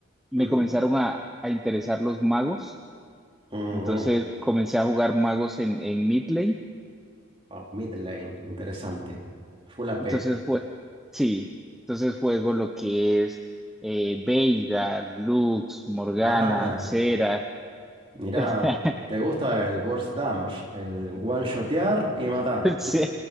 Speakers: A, in the centre; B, on the right.
A: me
B: ujú,
A: comenzaron a, a interesar los magos.
B: ujú.
A: Entonces comencé a jugar magos en, en mid lane.
B: Oh, mid lane, interesante. Full AP.
A: Entonces, pues, sí. Entonces juego lo que es eh, Veigar, Lux, Morgana,
B: Ah,
A: Cera.
B: mira,
A: <laughs>
B: te gusta el burst damage, el one-shotear y matar.
A: Sí.